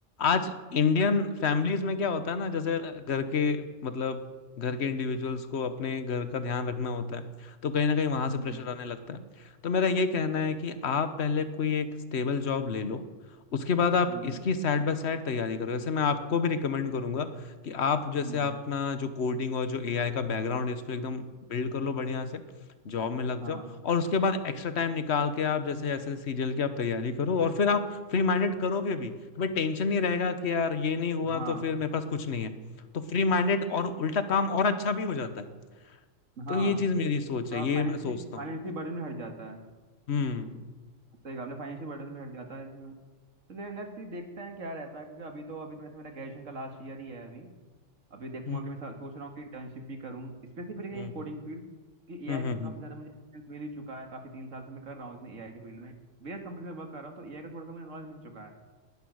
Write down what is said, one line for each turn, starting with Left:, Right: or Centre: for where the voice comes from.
Left: आज इंडियन फैमिलीज में क्या होता है ना जैसे घर के मतलब घर के इंडिविजुअल्स को अपने घर का ध्यान रखना होता है तो कहीं ना कहीं वहां
Right: हम्म
Left: से प्रेशर आने लगता है तो मेरा ये कहना है कि आप पहले कोई एक स्टेबल जॉब ले लो उसके बाद आप
Right: हम्म
Left: इसकी साइड बाय साइड तैयारी करो जैसे मैं आपको भी रिकमेंड करूंगा कि आप जैसे
Right: हम्म,
Left: अपना जो कोडिंग और जो एआई का बैकग्राउंड है इसको एकदम बिल्ड कर लो बढ़िया से जॉब में लग
Right: हाँ
Left: जाओ और उसके बाद एक्स्ट्रा टाइम निकाल के आप जैसे ऐसे सीजल की आप तैयारी करो और फिर आप फ्री माइंडेड करोगे भी तुम्हें टेंशन नहीं रहेगा कि यार ये नहीं हुआ
Right: हाँ
Left: तो फिर मेरे पास कुछ नहीं है तो फ्री माइंडेड और उल्टा काम और अच्छा भी हो जाता है
Right: हाँ
Left: तो ये चीज मेरी सोच है
Right: थोड़ा
Left: ये
Right: फाइनेंशियली
Left: मैं सोचता
Right: फाइनेंशियल
Left: हूँ
Right: बर्डन भी हट जाता है
Left: हम्म
Right: सही कहा आपने फाइनेंशियल बर्डन भी हट जाता है इसमें तो ले, लेट्स सी देखते हैं क्या रहता है क्योंकि अभी तो अभी तो वैसे मेरा ग्रेजुएशन का लास्ट ईयर ही है अभी अभी देखूंगा
Left: हम्म
Right: कि मैं सा- सोच रहा हूँ कि इंटर्नशिप भी करूँ स्पेसिफिकली
Left: हम्म
Right: इन कोडिंग फील्ड कि एआई
Left: हम्म
Right: में
Left: हम्म,
Right: तो काफी
Left: हम्म,
Right: ज्यादा मुझे एक्सपीरियंस मिल ही चुका है काफी तीन साल से मैं कर रहा हूँ इसमें एआई के फील्ड में वेरियस कंपनी में वर्क कर रहा हूँ तो एआई का थोड़ा सा मुझे नॉलेज मिल चुका है